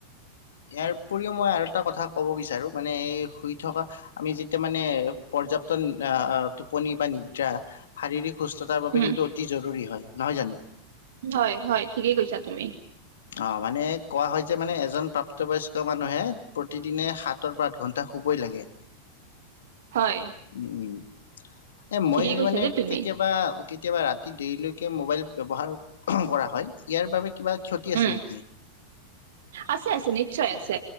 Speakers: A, on the left (about 60°); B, on the right (about 60°).
A: ইয়াৰ উপৰিও মই আৰু এটা কথা ক'ব বিচাৰোঁ মানে এই শুই থকা আমি যেতিয়া মানে পৰ্যাপ্ত টোপনি বা নিদ্ৰা শাৰীৰিক অ সুস্থতাৰ বাবে
B: উম
A: কিন্তু অতি জৰুৰী হয়। নহয় জানো।
B: হয় হয় ঠিকেই কৈছা তুমি।
A: অ মানে কোৱা হয় যে মানে এজন প্ৰাপ্তবয়স্ক মানুহে প্ৰতিদিনে সাতৰ পৰা আঠ ঘণ্টা শুবই লাগে।
B: হয়
A: উম উম। এ মই
B: ঠিকেই কৈছা
A: মানে
B: দেই তুমি
A: কেতিয়াবা কেতিয়াবা ৰাতি দেৰিলৈকে মোবাইল ব্যৱহাৰ কৰা হয় ইয়াৰ বাবে কিবা আছে
B: উম
A: নেকি?
B: আছে আছে নিশ্চয় আছে।